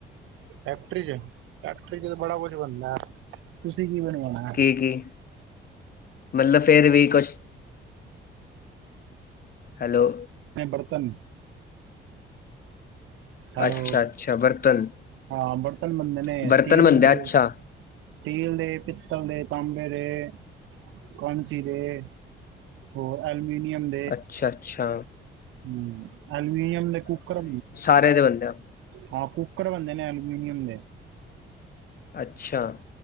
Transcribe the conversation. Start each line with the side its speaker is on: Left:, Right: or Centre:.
Right: ਫੈਕਟਰੀ ਚ ਫੈਕਟਰੀ ਚ ਤੇ ਬੜਾ ਕੁਛ ਬਣਦਾ ਤੁਸੀਂ ਕੀ ਬਣਵਾਣਾ
Left: ਕੀ-ਕੀ ਮਤਲਬ ਫੇਰ ਵੀ ਕੁਛ ਹੈਲੋ
Right: ਬਰਤਨ ਹੈਲੋ,
Left: ਅੱਛਾ ਅੱਛਾ ਬਰਤਨ
Right: ਹਾਂ ਬਰਤਨ ਬਨਦੇ ਨੇ
Left: ਬਰਤਨ
Right: ਸਟੀਲ
Left: ਬਣਦੇ ਆ।
Right: ਦੇ
Left: ਅੱਛਾ
Right: ਸਟੀਲ ਦੇ, ਪਿੱਤਲ ਦੇ, ਤਾਂਬੇ ਦੇ, ਕਾਂਸੀ ਦੇ ਹੋਰ ਐਲਮੀਨੀਅਮ
Left: ਅੱਛਾ-ਅੱਛਾ
Right: ਹੂੰ, ਐਲਮੀਨੀਅਮ ਦੇ ਕੂਕਰ
Left: ਹਰੇ ਹਰੇ ਬਣਦੇ ਉਹ
Right: ਹਾਂ ਕੁੱਕਰ ਬਣਦੇ ਨੇ, ਐਲਮੂਨੀਅਮ ਦੇ
Left: ਅੱਛਾ